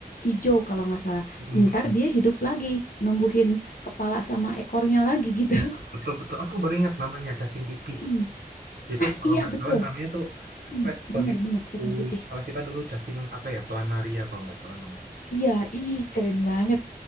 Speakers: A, on the left; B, on the right.
A: hijau kalau nggak salah.
B: mhm,
A: Ntar
B: mhm.
A: dia hidup lagi, numbuhin kepala sama ekornya lagi gitu. <laughs>
B: Betul, betul. Aku baru ingat namanya cacing pipih.
A: Mm.
B: Itu
A: Ah
B: kalau
A: iya
B: nggak
A: betul,
B: salah namanya tuh
A: Mm,
B: apa? Kalau
A: bener
B: di buku
A: bener cacing pipih.
B: sekolah kita dulu cacing apa ya? Planaria kalau nggak salah namanya.
A: Iya, ih keren banget.